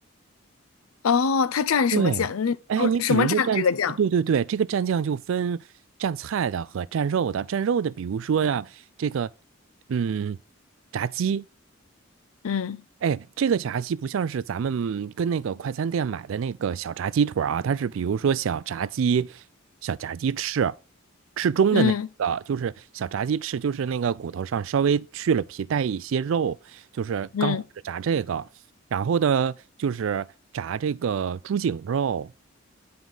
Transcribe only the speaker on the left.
哦，它蘸什么酱？
那什么蘸这个酱？
嗯
嗯
嗯，嗯